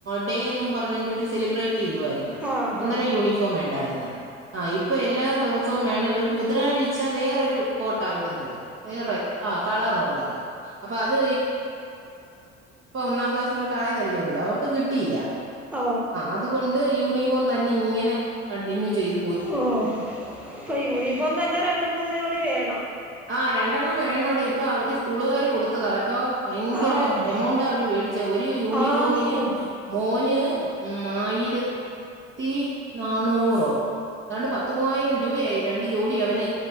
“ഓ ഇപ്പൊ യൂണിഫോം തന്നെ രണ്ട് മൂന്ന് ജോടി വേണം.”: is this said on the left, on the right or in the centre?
Centre